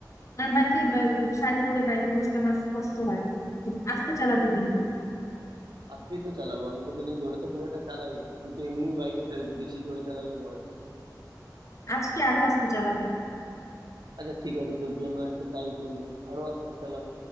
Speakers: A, on the left; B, on the right.
A: কারণ বাইকে শাড়ি পরে বাইকে বসতে আমার কষ্ট হয় আস্তে চালাবে কিন্তু
B: আজকেই তো চালাবো আমি তোকে নিয়ে জোরে তো খুব একটা চালাই না তুই তো এমনি বাইকে বেশি জোরে চালালে ভয় পায়
A: আজকে আরো আস্তে চালাবে
B: আচ্ছা ঠিক আছে তোর জন্য আজকে তাই চলবে আরো আস্তে চালাবো